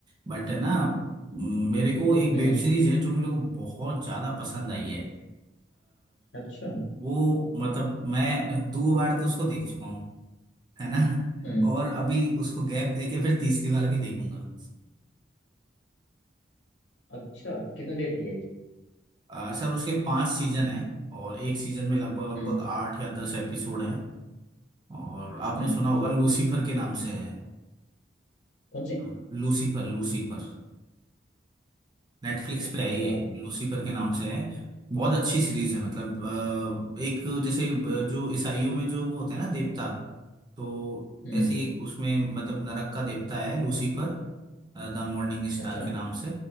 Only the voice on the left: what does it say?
हम्म
अच्छा
हम्म
अच्छा कितनी देर की है ये
हम्म
हम्म
कौन सी
अच्छा
हम्म
अच्छा